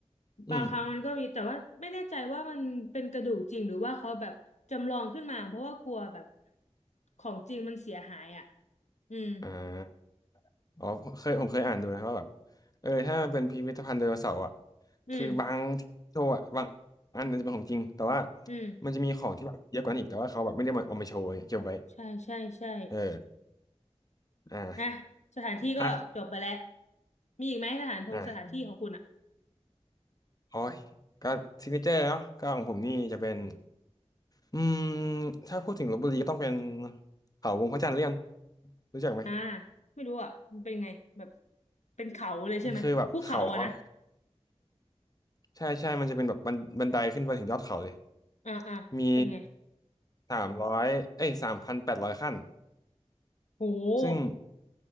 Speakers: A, on the left; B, on the left.
A: อืม
B: บางครั้งมันก็มีแต่ว่าไม่แน่ใจว่ามันเป็นกระดูกจริงหรือว่าเขาแบบจำลองขึ้นมาเพราะว่ากลัวแบบของจริงมันเสียหายอะอืม
A: อ่าอ๋อเคยผมเคยอ่านดูนะว่าแบบเออถ้ามันเป็นพิพิธภัณฑ์ไดโนเสาร์อ่ะ
B: อืม
A: คือบางที่โชว์อ่ะบางอันนันจะเป็นของจริงแต่ว่า
B: อืม
A: มันจะมีของที่แบบเยอะกว่านั้นอีกแต่ว่าเขาแบบไม่ได้มาเอามาโชว์เก็บไว้
B: ใช่ใช่ใช่
A: เอออ่า
B: น่ะสถานที่ก็จบไปแล้ว
A: อ่ะ
B: มีอีกไหมสถานทงสถานที่ของคุณอ่ะ
A: อ่ะ โอ้ยก็ซิกเนเจอร์เนาะก็ของผมนี่จะเป็นอืมถ้าพูดถึงลพบุรีก็ต้องเป็นเขาวงพระจันทร์เลี่ยนรู้จักไหม
B: อ่าไม่รู้อ่ะมันเป็นไงแบบเป็นเขาเลยใช่ไหมภูเขาอ่ะนะ
A: มันคือแบบเขาอะใช่ใช่มันจะเป็นแบบบันบันไดขึ้นไปถึงยอดเขาเลย
B: อ่าอ่าเป็นไง
A: มีสามร้อยเอ้ยสามพันแปดร้อยขั้น
B: โห
A: ซึ่ง